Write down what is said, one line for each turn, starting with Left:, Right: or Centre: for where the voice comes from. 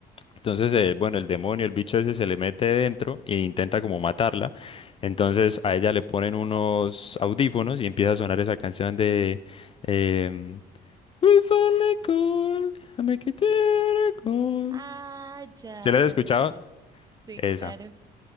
Left: Entonces, eh, bueno, el demonio, el bicho ese se le mete dentro e intenta como matarla. Entonces a ella le ponen unos audífonos y empieza a sonar esa canción de em, We finally call, I make it a miracle.
Right: Ah, ya,
Left: ¿Se la has
Right: ya
Left: escuchado?
Right: sé que es. Sí,
Left: Esa.
Right: claro.